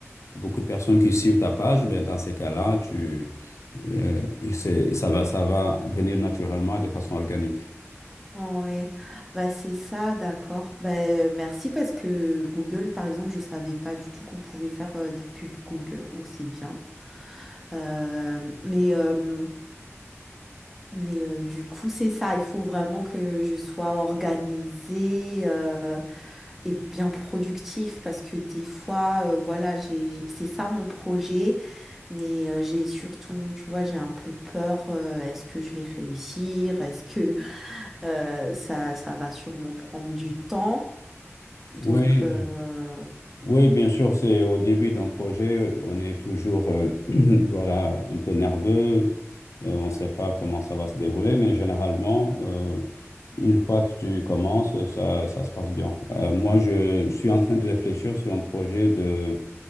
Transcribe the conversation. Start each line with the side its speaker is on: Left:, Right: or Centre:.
Left: beaucoup de personnes qui suivent ta page, ben dans ces cas-là, tu euh, et c'est- ça va ça va venir naturellement de façon organique.
Centre: ouais. Bah c'est ça, d'accord. Ben merci parce que Google, par exemple, je savais pas du tout qu'on pouvait faire euh, des pubs Google, donc c'est bien. Euh, mais euh, mais euh, du coup, c'est ça, il faut vraiment que je sois organisée euh, et bien productif parce que des fois, euh, voilà, j'ai c'est ça mon projet. Mais euh, j'ai surtout, tu vois, j'ai un peu peur. euh, est-ce que je vais réussir? Est-ce que euh, ça, ça va sûrement prendre du temps? Donc,
Left: Oui,
Centre: euh,
Left: Oui, bien sûr, c'est au début d'un projet, on est toujours euh, <clears throat> voilà, un peu nerveux, euh, on ne sait pas comment ça va se dérouler, mais généralement, euh, une fois que tu commences, ça, ça se passe bien. Euh, moi, je suis en train de réfléchir sur un projet de,